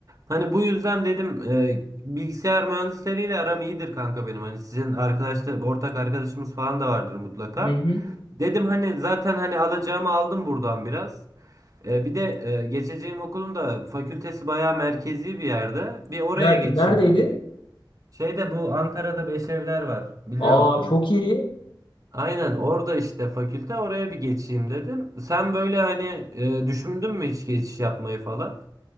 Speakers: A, on the right (about 45°); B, on the left (about 80°).
A: Hani bu yüzden dedim e, bilgisayar mühendisleriyle aram iyidir kanka benim. Hani sizin arkadaşlar ortak arkadaşımız falan da vardır mutlaka.
B: Hı hı.
A: Dedim hani zaten hani alacağımı aldım buradan biraz. E, bir de e, geçeceğim okulun da fakültesi bayağı merkezi bir yerde. Bir oraya
B: Ner-
A: geçeyim
B: neredeydi?
A: diye. Şeyde bu Ankara'da Beşevler var biliyorsun.
B: Aa çok iyi.
A: Aynen orada işte fakülte oraya bir geçeyim dedim. Sen böyle hani e, düşündün mü hiç geçiş yapmayı falan?